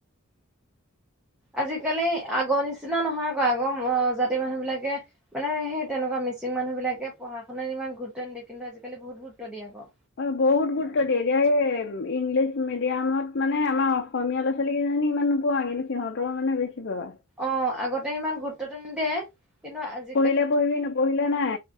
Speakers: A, on the left; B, in the centre.
A: <inaudible>
B: আজিকালি আগৰ নিচিনা নহয় আকৌ আগৰ অজাতিৰ মানুহবিলাকে মানে সেই তেনেকুৱা মিচিং মানুহবিলাকে পঢ়া শুনাত ইমান গুৰুত্ব নিদিয়ে। কিন্তু আজিকালি বহুত গুৰুত্ত্ব দিয়ে আকৌ।
A: অ', বহুত গুৰুত্ব দিয়ে। এতিয়া এই ইংলিছ মিডিয়ামত মানে আমাৰ অসমীয়া ল'ৰা ছোৱালী কিজানি ইমান নোপোৱা কিন্তু সিহঁতৰ মানে বেছি পাবা।
B: অ', আগতে ইমান গুৰুত্বটো নিদিয়ে। কিন্তু আজি
A: পঢ়িলে পঢ়িবি নপঢ়িলে নাই।